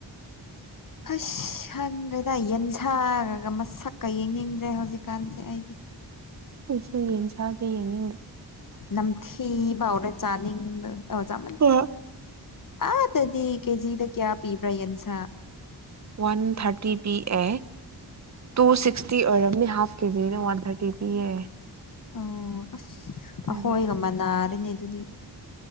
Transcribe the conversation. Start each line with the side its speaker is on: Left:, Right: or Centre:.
Left: ꯑꯁ ꯈꯥꯪꯗ꯭ꯔꯦꯗ ꯌꯦꯟꯁꯥꯒ ꯃꯁꯛꯀ ꯌꯦꯡꯅꯤꯡꯗ꯭ꯔꯦ ꯍꯧꯖꯤꯛꯀꯥꯟꯁꯦ ꯑꯩꯗꯤ
Right: ꯑꯩꯁꯨ ꯌꯦꯟꯁꯗꯦ ꯌꯦꯡꯅꯤꯡꯗꯦ
Left: ꯅꯝꯊꯤꯕ ꯍꯧꯔꯦ ꯆꯥꯅꯤꯡꯕ ꯑ ꯆ
Right: ꯍꯣꯏ
Left: ꯑꯥꯗꯗꯤ ꯀꯦꯖꯤꯗ ꯀꯌꯥ ꯄꯤꯕ꯭ꯔꯥ ꯌꯦꯟꯁꯥ
Right: ꯋꯥꯟ ꯊꯥꯔꯇꯤ ꯄꯤ ꯑꯦ ꯇꯨ ꯁꯤꯛꯁꯇꯤ ꯑꯣꯏꯔꯝꯅꯤ ꯍꯥꯐ ꯀꯦꯖꯤꯅ ꯋꯥꯟ ꯊꯥꯔꯇꯤ ꯄꯤꯌꯦ
Left: ꯑꯣ ꯑꯁ
Right: ꯑꯗꯨꯒꯤ
Left: ꯑꯩꯈꯣꯏꯒ ꯑꯃ ꯅꯥꯔꯤꯅꯦ ꯑꯗꯨꯗꯤ